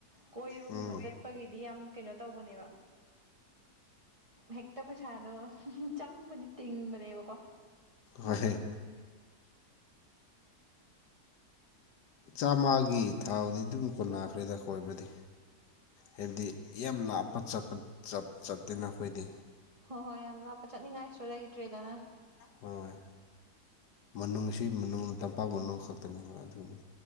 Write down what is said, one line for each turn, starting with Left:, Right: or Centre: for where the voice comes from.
Right: ꯀꯣꯏꯕꯒꯨꯝꯕ
Left: ꯎꯝ
Right: ꯆꯠ ꯒꯤꯗꯤ ꯌꯥꯝ ꯀꯩꯅꯣ ꯇꯧꯕꯅꯦꯕ ꯍꯦꯛꯇ ꯄꯩꯁꯥꯗꯣ ꯆ ꯇꯤꯡꯕꯗꯤ ꯇꯤꯡꯕꯅꯦꯕꯀꯣ
Left: ꯍꯣꯏ ꯍꯣꯏ ꯆꯥꯝꯃꯒꯤ ꯊꯥꯎꯗꯤ ꯑꯗꯨꯝ ꯀꯨꯟꯅꯥꯈ꯭ꯔꯦꯗ ꯀꯣꯏꯕꯅꯤ ꯍꯥꯏꯕꯗꯤ ꯌꯥꯝ ꯂꯥꯞꯄ ꯆꯠꯄ ꯆꯠꯇꯦꯅ ꯑꯩꯈꯣꯏꯗꯤ
Right: ꯍꯣꯏ ꯍꯣꯏ ꯌꯥꯝ ꯂꯥꯞꯄ ꯆꯠꯅꯤꯡꯉꯥꯏꯁꯨ ꯂꯩꯇ꯭ꯔꯦꯗꯅ
Left: ꯍꯣꯏ ꯃꯅꯨꯡꯁꯤ ꯃꯅꯨꯡ ꯇꯝꯄꯥꯛ ꯃꯅꯨꯡ ꯈꯛꯇꯅꯦꯕ ꯑꯗꯨꯅꯤ